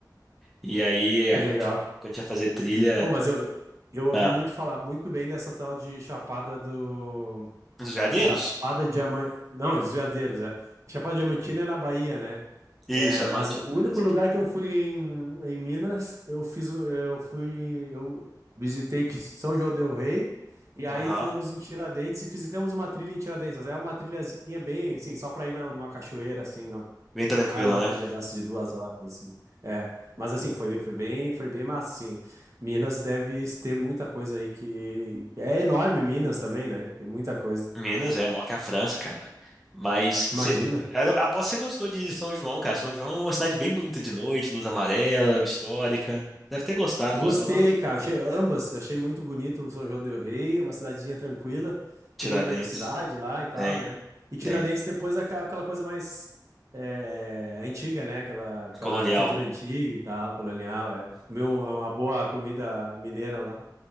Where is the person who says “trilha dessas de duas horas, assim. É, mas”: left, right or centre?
Right